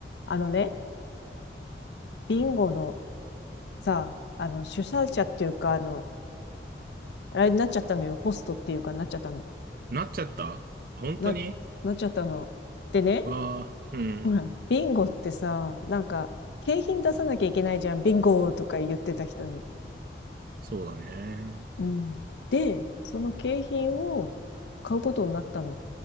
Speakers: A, on the left; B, on the right.
A: あのね、ビンゴのさ、あの、主催者っていうか、あの、あれになっちゃったのよ。ホストっていうかなっちゃったの。
B: なっちゃった本当に
A: な、なっちゃったの。でね、
B: わあ、うん。
A: ほら、ビンゴってさ、なんか、景品出さなきゃいけないじゃん。ビンゴとか言ってた人に。
B: そうだね。
A: うん。で、その景品を買うことになったの。